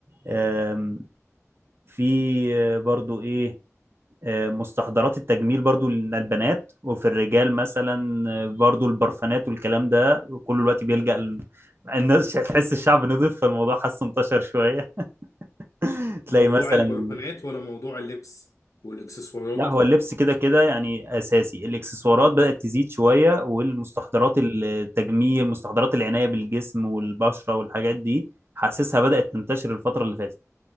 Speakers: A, on the right (about 45°); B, on the left (about 80°).
A: آم، في برضو ايه آه، مستحضرات التجميل برضو للبنات وفي الرجال مثلا آه، برضو البرفانات والكلام ده كله دلوقتي بيلجأ ال- الناس <laughs> تحس الشعب نضيف فالموضوع حاسه انتشر شوية <laughs> تلاقي
B: موضوع
A: مثلا
B: البرفانات
A: ال...
B: ولا موضوع اللبس والاكسسوارات
A: لا هو اللبس كده كده يعني اساسي الاكسسوارات بدأت تزيد شوية والمستحضرات التجميل مستحضرات العناية بالجسم والبشرة والحاجات دي حاسسها بدأت تنتشر الفترة اللي فاتت